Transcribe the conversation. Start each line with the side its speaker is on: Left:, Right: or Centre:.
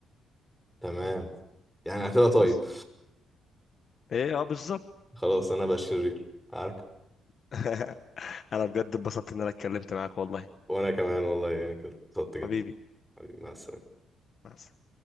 Centre: تمام يعني هتبقى طيب
Left: بس ايه اه بالظبط
Centre: خلاص انا بقى شرير عارف
Left: <laughs> انا بجد اتبسطت ان انا اتكلمت معاك والله
Centre: وانا كمان والله يعني كده اتبسطت جدا
Left: حبيبي
Centre: حبيبي مع السلامة
Left: مع السلامة.